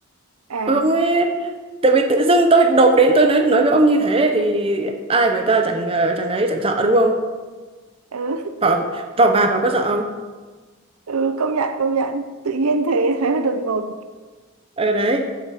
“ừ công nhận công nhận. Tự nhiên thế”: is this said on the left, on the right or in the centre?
Right